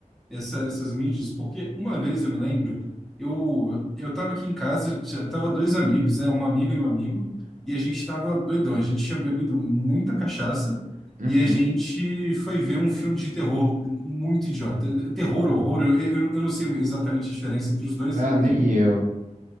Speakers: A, in the centre; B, on the right.
A: essa- essas mídias, porque uma vez eu me lembro, eu eu estava aqui em casa, t- tava dois amigos, né, uma amiga e um amigo, e a gente tava doidão, a gente tinha bebido muita cachaça
B: Uhum.
A: e a gente foi ver um filme de terror muito idiota, terror, horror, eu, eu, eu não sei exatamente a diferença entre os dois
B: Ah,
A: e não
B: nem
A: ligo.
B: eu.